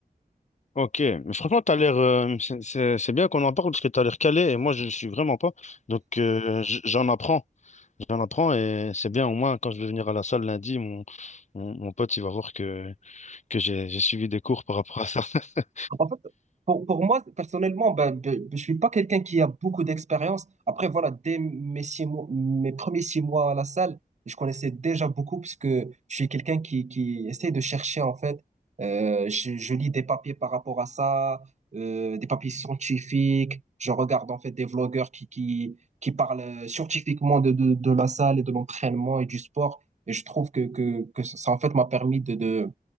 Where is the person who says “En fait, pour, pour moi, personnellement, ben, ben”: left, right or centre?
Right